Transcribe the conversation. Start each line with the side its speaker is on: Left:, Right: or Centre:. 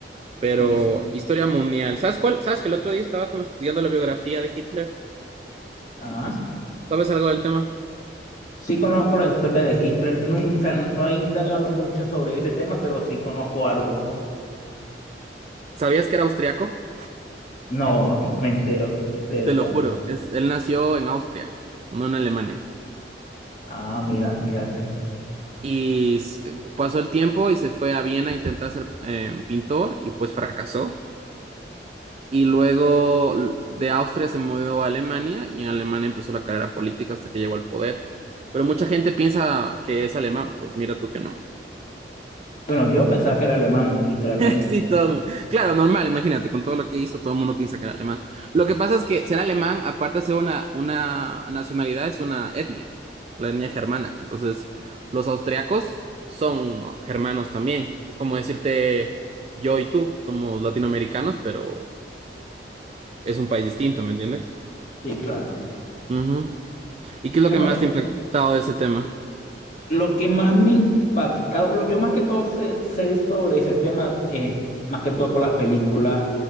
Right: pero
Left: Sí,
Right: historia mundial. ¿Sabes cuál? ¿Sabes que el otro día estaba como estudiando la biografía de Hitler?
Left: Ah.
Right: No sé, ¿Sabes algo del tema?
Left: Sí conozco la historia de Hitler. No, o sea, no he indagado mucho sobre ese tema, pero sí conozco algo.
Right: ¿Sabías que era austriaco?
Left: No, <laughs> me entero, de
Right: Te
Left: verdad.
Right: lo juro, es, él nació en Austria, no en Alemania.
Left: Ah, mira, fíjate.
Right: Y s- pasó el tiempo y se fue a Viena a intentar ser eh, pintor y pues fracasó. Y luego l- de Austria se mudó a Alemania y en Alemania empezó la carrera política hasta que llegó al poder. Pero mucha gente piensa que es alemán, pues mira tú que no.
Left: Bueno, yo pensaba que era alemán, literalmente.
Right: Sí, todo. Claro, normal, imagínate, con todo lo que hizo, todo el mundo piensa que era alemán. Lo que pasa es que ser alemán, aparte de ser una, una nacionalidad, es una etnia, la etnia germana. Entonces, los austriacos son germanos también. Es como decirte, yo y tú somos latinoamericanos, pero es un país distinto, ¿me entiendes?
Left: Sí, claro.
Right: Ujú. ¿Y qué es
Left: Bueno,
Right: lo que más te ha impactado de ese tema?
Left: Lo que más me impacta, lo- yo más que todo sé, sé sobre ese tema, eh, más que todo por las películas